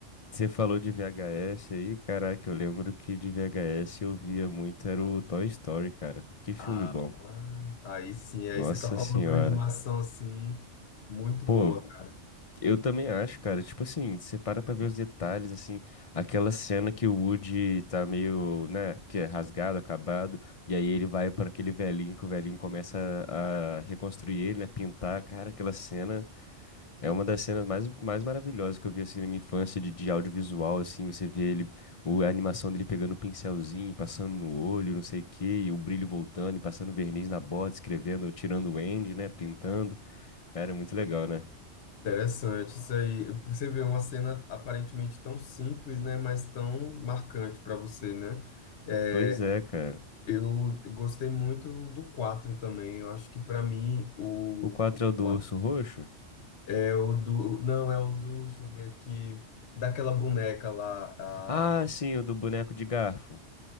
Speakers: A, on the left; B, on the left.
A: Você falou de VHS aí, caraca, eu lembro que de VHS eu via muito, era o Toy Story, cara. Que filme
B: Ah,
A: bom.
B: ah, aí sim, aí
A: Nossa
B: você tá falando
A: senhora.
B: de uma animação assim, muito boa,
A: Pô,
B: cara.
A: eu também acho, cara. Tipo assim, você para pra ver os detalhes, assim, aquela cena que o Woody tá meio, né, que é rasgado, acabado, e aí ele vai para aquele velhinho que o velhinho começa a a reconstruir ele, né, pintar, cara, aquela cena. É uma das cenas mais, mais maravilhosas que eu vi assim na minha infância de, de audiovisual, assim, você vê ele, o, a animação dele pegando o pincelzinho, e passando no olho, não sei o quê, e o brilho voltando, e passando verniz na bota, escrevendo, tirando o end, né, pintando. Era muito legal, né?
B: Interessante isso aí. Você vê uma cena aparentemente tão simples, né, mas tão marcante para você, né? É,
A: Pois é, cara.
B: eu gostei muito do 4 também. Eu acho que para mim o
A: O 4
B: o
A: é o do
B: quatro
A: urso roxo?
B: é o do, não, é o do, deixa eu ver aqui, daquela boneca lá, a,
A: Ah, sim, o do boneco de garfo.